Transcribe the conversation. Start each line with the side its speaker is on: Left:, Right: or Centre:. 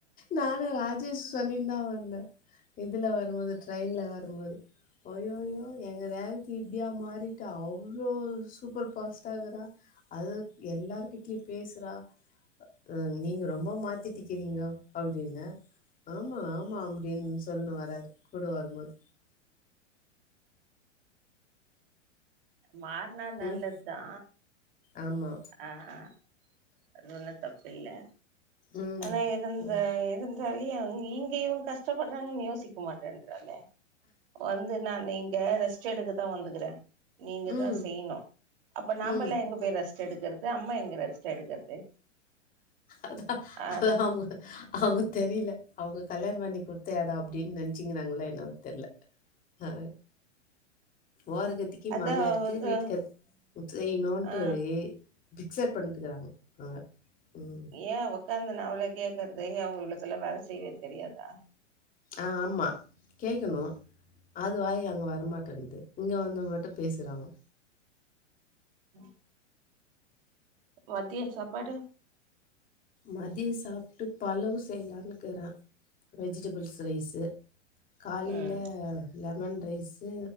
Left: நானு ராஜேஷ் சொல்லின் தா வந்தே இதில வரம்போது ட்ரெயின்ல வரம்போது அய்யய்யோ எங்க ரேவதி இப்டியா மாறிட்டா அவ்ளோ சூப்பர் ஃபாஸ்ட்டா இருக்கறா அது எல்லார்கிட்டயு பேஸ்றா அ நீங்க ரொம்ப மாத்திட்டிக்கிறீங்கோ அப்டின்னு ஆமா ஆமா அப்டின் சொல்லு வராரு கூட வரம்போது
Right: மார்னா நல்லத்
Left: ம்.
Right: தா
Left: ஆமா
Right: அ ஆ அது ஒண்ணு தப்பில்ல
Left: ம்.
Right: ஆனா இது இந்த
Left: ம்.
Right: இது தோழி அவுங்க இங்கயு‌ கஷ்டப்பட்றாங்கன் யோசிக்க மாட்டேன்றாலே வந்து நா நீங்க ரெஸ்ட் எடுக்கத்தா வந்துக்கறே நீங்க
Left: ம்.
Right: தா செய்ணு அப்ப நாமல்லா
Left: ம்.
Right: எங்க போய் ரெஸ்ட் எடுக்கறது அம்மா எங்க ரெஸ்ட் எடுக்கறது
Left: அதா
Right: ஆ
Left: அது அவுங்க அவுங்க தெரியில அவுங்க கல்யாணோ பண்ணி குடுத்த எடோ அப்டின் நெனச்சுங்கறாங்ளா என்னவோ தெர்ல அ ஓரகத்தி க்கி
Right: அதாவது
Left: மாமியாருக்கு வீட்டுக்கார் செய்ணுன்ட்டு
Right: ஆ
Left: இ பிக்சர் பண்ட்டுக்கிறாங்கோ அவுங்க ம்
Right: ஏ உக்காந்துனு அவள கேக்றது ஏ அவுங்களுக்கெல்லா வேல செய்வே தெரியாதா
Left: ஆமா கேக்கணு அது வாயி அங்க வரமாட்டேன்து இங்க வந்து மட்டு பேசுறாங்கோ
Right: ம் மத்திய சாப்பாடு
Left: மதிய சாப்ட்டு பலவு செய்லான் இருக்கிறே வெஜிடபிள்ஸ் ரைஸு காலைல
Right: ம்
Left: லெமன் ரைஸு